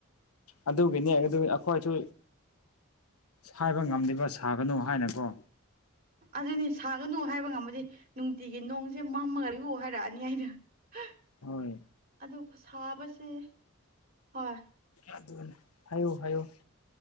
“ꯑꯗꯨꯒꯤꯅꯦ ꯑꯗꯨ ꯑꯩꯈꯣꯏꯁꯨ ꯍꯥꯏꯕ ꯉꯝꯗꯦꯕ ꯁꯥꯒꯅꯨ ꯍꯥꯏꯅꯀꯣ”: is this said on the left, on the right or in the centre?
Left